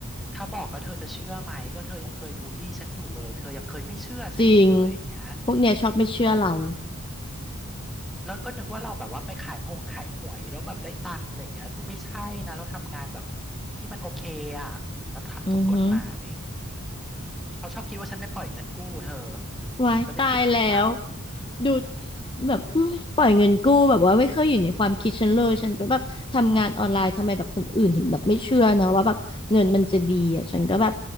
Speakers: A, in the centre; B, on the left (about 25°).
A: ถ้าบอกแล้วเธอจะเชื่อไหมก็เธอยังเคยบูลลี่ฉันอยู่เลยเธอยังเคยไม่เชื่อฉันอยู่เลยอย่างเงี้ย
B: จริงพวกเนี้ยชอบไม่เชื่อเรา
A: เออแล้วก็นึกว่าเราแบบว่าไปขายหงขายหวยแล้วแบบได้ตังค์อะไรเงี้ยคือไม่ใช่นะเราทำงานแบบที่มันโอเคอ่ะเราทำถูกกฎหมาย
B: อือหือ
A: อืมเขาชอบคิดว่าฉันไปปล่อยเงินกู้เธอ
B: ว้ายตายแล้ว
A: แล้วได้ตังค์
B: ดู
A: อืม
B: แบบอุ๊ยปล่อยเงินกู้แบบว่าไม่เคยอยู่ในความคิดฉันเลยฉันก็แบบทำงานออนไลน์ทำไมแบบคนอื่นถึงแบบไม่เชื่อนะว่าแบบเงินมันจะดีอ่ะฉันก็แบบ
A: อืม